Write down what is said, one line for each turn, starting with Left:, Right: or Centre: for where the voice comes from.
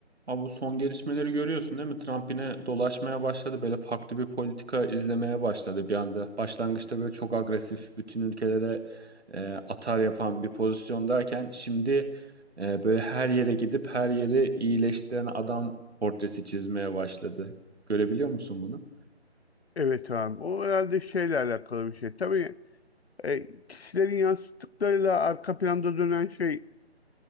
Right: Abi bu son gelişmeleri görüyorsun değil mi? Trump yine dolaşmaya başladı. Böyle farklı bir politika izlemeye başladı bir anda. Başlangıçta böyle çok agresif, bütün ülkelere e, atar yapan bir pozisyondayken şimdi e, böyle her yere gidip her yeri iyileştiren adam portresi çizmeye başladı. Görebiliyor musun bunu?
Left: Evet abi. O herhalde şeyle alakalı bir şey. Tabii e, kişilerin yansıttıklarıyla arka planda dönen şey